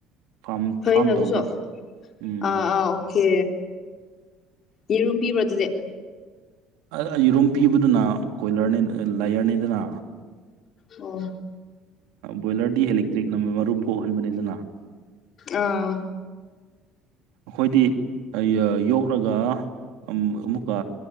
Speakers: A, on the right (about 85°); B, on the left (about 50°).
A: ꯐꯥꯝ
B: ꯐꯩꯅꯦ
A: ꯐꯥꯝ
B: ꯑꯗꯨꯁꯨ
A: ꯇꯧꯕ
B: ꯑꯥ
A: ꯎꯝ
B: ꯑꯥ ꯑꯣꯀꯦ ꯌꯦꯔꯨꯝ ꯄꯤꯕ꯭ꯔꯣ ꯑꯗꯨꯗꯤ
A: ꯑꯩꯔꯨꯝꯝ ꯄꯤꯕꯗꯨꯅ ꯀꯣꯏꯂꯔꯅꯤ ꯂꯥꯏꯌꯔꯅꯤꯗꯅ
B: ꯑꯣ
A: ꯕꯣꯏꯂꯔꯗꯤ ꯑꯦꯂꯦꯛꯇ꯭ꯔꯤꯛ ꯃꯔꯨꯝ ꯀꯣꯛꯍꯟꯕꯅꯤꯗꯅ <unintelligible>
B: ꯑꯥ
A: ꯑꯩꯈꯣꯏꯗꯤ ꯌꯣꯛꯂꯒ ꯑꯃꯨꯛꯀ